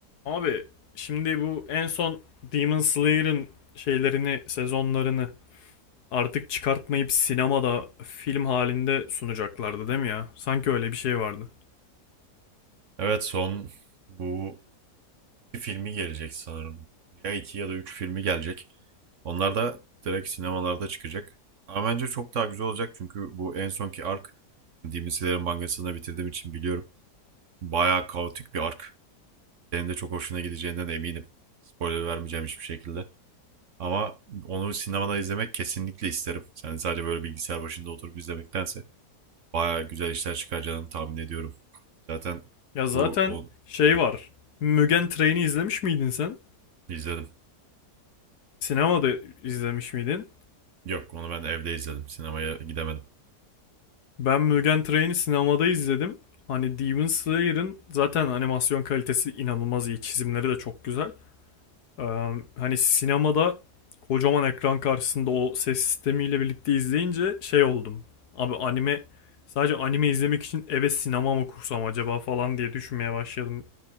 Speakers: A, on the left (about 75°); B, on the right (about 55°).
A: Abi şimdi bu en son Demon Slayer'ın şeylerini, sezonlarını artık çıkartmayıp sinemada film halinde sunacaklardı değil mi ya? Sanki öyle bir şey vardı.
B: Evet son bu iki filmi gelecek sanırım. Ya iki ya da üç filmi gelecek. Onlar da direkt sinemalarda çıkacak. Ama bence çok daha güzel olacak çünkü bu en sonki ark yani Demon Slayer'ın mangasını da bitirdiğim için biliyorum. Bayağı kaotik bir ark. Senin de çok hoşuna gideceğinden eminim. Spoiler vermeyeceğim hiçbir şekilde. Ama onu sinemada izlemek kesinlikle isterim. Yani sadece böyle bilgisayar başında oturup izlemektense bayağı güzel işler çıkaracağını tahmin ediyorum. Zaten
A: Ya zaten
B: bu on...
A: şey
B: Heh,
A: var. Mugen Train'i izlemiş miydin sen?
B: izledim.
A: Sinemada izlemiş miydin?
B: Yok onu ben evde izledim. Sinemaya gidemedim.
A: Ben Mugen Train'i sinemada izledim. Hani Demon Slayer'ın zaten animasyon kalitesi inanılmaz iyi. Çizimleri de çok güzel. Ee, hani sinemada kocaman ekran karşısında o ses sistemiyle birlikte izleyince şey oldum. Abi anime sadece anime izlemek için eve sinema mı kursam acaba falan diye düşünmeye başladım.